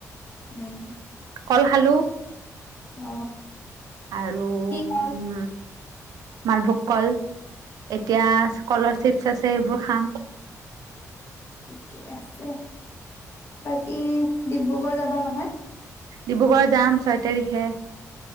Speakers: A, on the left; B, on the right.
A: উম
B: কল খালোঁ
A: অ
B: আৰু
A: কি
B: উম
A: কল
B: মালভোগ কল এতিয়া স্কলাৰশিপছ আছে সেইবোৰ খাম
A: থিকে আছে বাকী ডিব্ৰুগড় যাবা নহয়
B: ডিব্ৰুগড় যাম ছয় তাৰিখে